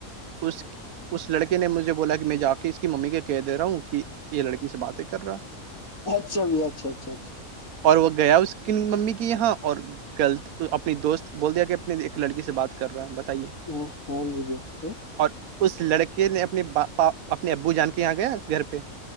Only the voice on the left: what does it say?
اچھا بھ اچھا اچھا اچھا
ہاں ہاں دویہ تو